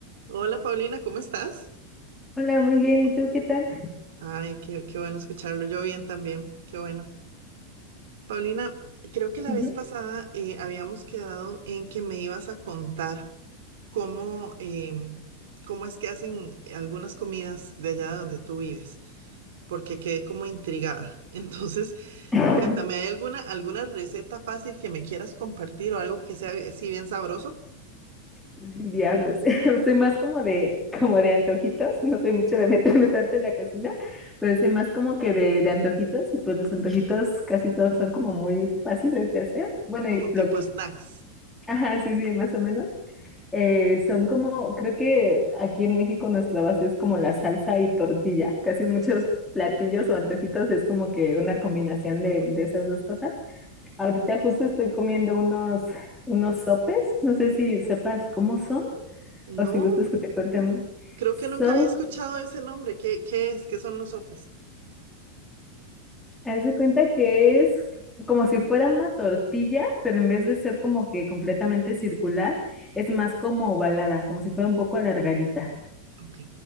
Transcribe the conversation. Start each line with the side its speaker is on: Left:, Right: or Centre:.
Right: Hola Paulina, ¿cómo estás?
Centre: Hola, muy bien. ¿Y tú qué tal?
Right: Ay, qué, qué bueno escucharlo. Yo bien también, qué bueno. Paulina, creo que la
Centre: Ujú.
Right: vez pasada eh, habíamos quedado en que me ibas a contar cómo, em, cómo es que hacen algunas comidas de allá donde tú vives, porque quedé como intrigada. <laughs> Entonces,
Centre: <laughs>
Right: cuéntame, ¿hay alguna, alguna receta fácil que me quieras compartir o algo que sea así bien sabroso,
Centre: Diablos. <laughs> Soy más como de, como de antojitos. No soy mucho de meterme tanto en la cocina, pero soy más como que de, de antojitos. Y pues los antojitos casi todos son como muy fáciles de hacer. Bueno,
Right: como
Centre: y
Right: tipo
Centre: lo que...
Right: snacks?
Centre: Ajá, sí, sí, más o menos. Eh, son como, creo que aquí en México nuestra base es como la salsa y tortilla. Casi muchos platillos
Right: Mm,
Centre: o antojitos es como que una combinación de, de esas dos cosas. Ahorita justo estoy comiendo unos, unos sopes. No sé si sepas cómo son
Right: no,
Centre: o si gustas que te cuenten.
Right: Creo
Centre: Son,
Right: que nunca había escuchado ese nombre. ¿Qué, qué es? ¿Qué son los sopes?
Centre: haz de cuenta que es como si fuera una tortilla, pero en vez de ser como que completamente circular, es más como ovalada, como si fuera un poco alargadita.
Right: Ok.